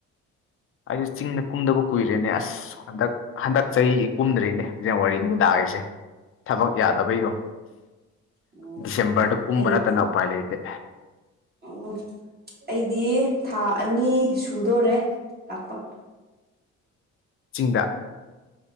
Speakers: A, on the left; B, on the right.
A: ꯑꯩꯖꯦ ꯆꯤꯡꯗ ꯀꯨꯝꯗꯕ ꯀꯨꯏꯔꯦꯅꯦ ꯑꯁ ꯍꯟꯗꯛ ꯍꯟꯗꯛ ꯆꯍꯤꯒꯤ ꯀꯨꯝꯗ꯭ꯔꯤꯅꯦ ꯖꯟꯋꯥꯔꯤꯗꯒꯤ ꯅꯥꯔꯔꯤꯁꯦ ꯊꯕꯛ ꯌꯥꯗꯕꯩꯒꯣ
B: ꯑꯣ
A: ꯗꯤꯁꯦꯝꯕꯔꯗꯥ ꯀꯨꯝꯕ
B: ꯑꯩ
A: ꯅꯠꯇꯅ ꯎꯄꯥꯏ ꯂꯩꯇꯦ
B: ꯑꯣ ꯑꯩꯗꯤ ꯊꯥ ꯑꯅꯤ ꯁꯨꯗꯣꯔꯦ ꯂꯥꯛꯄ
A: ꯆꯤꯡꯗ